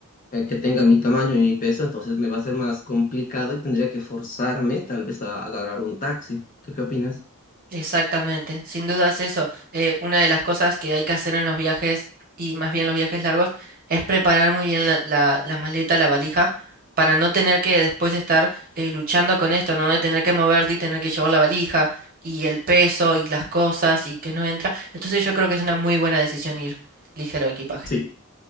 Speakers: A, on the left; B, on the right.
A: eh, que tenga mi tamaño y mi peso, entonces me va a ser más complicado y tendría que forzarme tal vez a agarrar un taxi. ¿Tú qué opinas?
B: Exactamente, sin duda es eso. Eh, una de las cosas que hay que hacer en los viajes, y más bien los viajes largos, es preparar muy bien la, la- la maleta, la valija, para no tener que después estar eh, luchando con esto, ¿no? De tener que moverte y tener que llevar la valija y el peso y las cosas y que no entra. Entonces yo creo que es una muy buena decisión ir ligero de equipaje.
A: Sí,